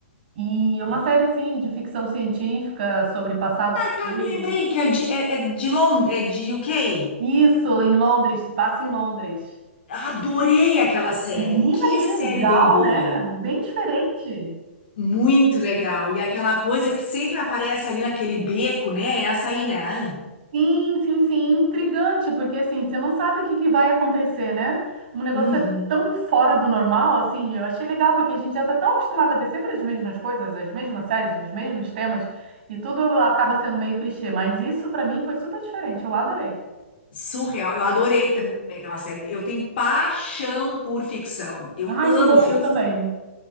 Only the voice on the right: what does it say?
E é uma
série assim de ficção científica sobre passado e
futuro.
Isso, em Londres, se passa em Londres.
Menina,
que
legal,
né? Bem diferente.
Sim, sim, sim, intrigante, porque assim, você não sabe o que que vai acontecer, né? Um negócio
é tão fora do normal, assim, eu achei legal, porque a gente já tá tão acostumado a ver sempre as mesmas coisas, as mesmas séries, os mesmos temas, e tudo acaba sendo meio clichê, mas isso pra mim foi super diferente, eu adorei.
Ai,
que bom,
eu também.